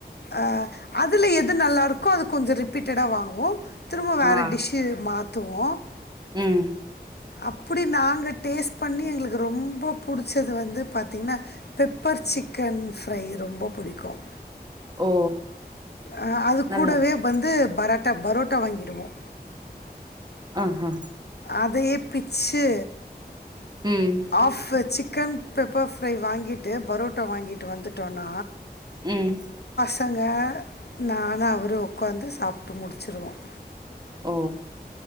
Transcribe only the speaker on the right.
ஆ
உம்
ஓ
நல்லாருக்கு
ஆஹா
ம்
உம்
ஓ